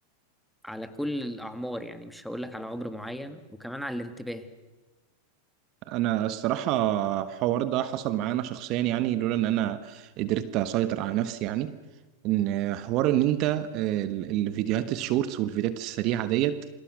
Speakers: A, in the centre; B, on the right (about 50°).
A: على كل الأعمار يعني مش هقولك على عمر معين وكمان على الانتباه
B: انا الصراحه الحوار ده حصل معايا انا شخصيا يعني لولا ان انا قدرت اسيطر على نفسي يعني ان حوار ان انت ال- الفيديوهات الشورتس والفيديوهات السريعه ديت